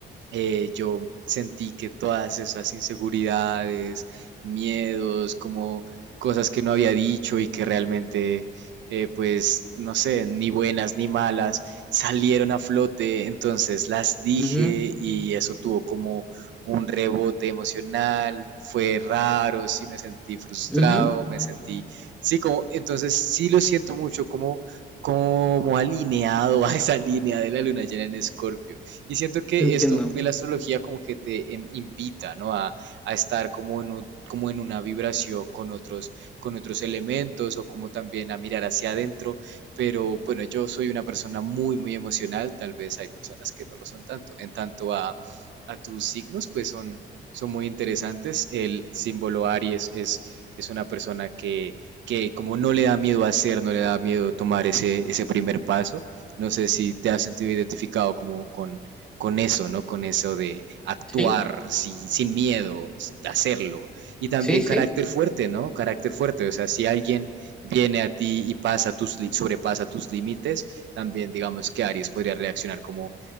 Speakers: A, on the right; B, in the centre.
A: eh, yo sentí que todas esas inseguridades, miedos, como cosas que no había dicho y que realmente, eh, pues, no sé, ni buenas ni malas, salieron a flote, entonces las dije
B: ujú,
A: y eso tuvo como un rebote emocional, fue raro, sí me sentí frustrado,
B: ujú.
A: me sentí, sí, como, entonces sí lo siento mucho como como alineado <laughs> a esa línea de la luna llena en Escorpio. Y siento que
B: Entiendo.
A: esto de la astrología como que te em, invita, ¿no? A, a estar como en un como en una vibración con otros, con otros elementos o como también a mirar hacia adentro. Pero bueno, yo soy una persona muy, muy emocional. Tal vez hay personas que no lo son tanto. En tanto a, a tus signos, pues son, son muy interesantes. El símbolo Aries es, es una persona que, que como no le da miedo hacer, no le da miedo tomar ese, ese primer paso. No sé si te has sentido identificado como con, con eso, ¿no? Con eso de actuar
B: Sí,
A: si- sin miedo, de hacerlo. Y también
B: sí, sí.
A: carácter fuerte, ¿no? Carácter fuerte. O sea, si alguien viene a ti y pasa tus, sobrepasa tus límites, también digamos que Aries podría reaccionar como,